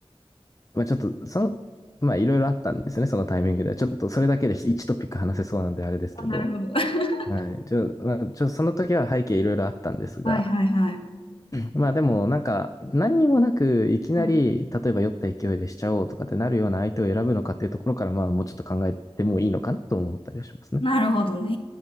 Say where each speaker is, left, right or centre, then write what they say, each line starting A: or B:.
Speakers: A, on the left; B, on the left.
A: まあちょっと、その、まあいろいろあったんですよね、そのタイミングでは。ちょっとそれだけで1トピック話せそうなんであれですけど、
B: あ、なるほど。<laughs>
A: はい。ちょ、まあ、ちょ、その時は背景いろいろあったんですが、
B: はいはいはい。
A: まあでもなんか何にもなくいきなり、
B: うん。
A: 例えば酔った勢いでしちゃおうとかってなるような相手を選ぶのかっていうところから、まあもうちょっと考えてもいいのかなとも思ったりはしますね。
B: なるほどね。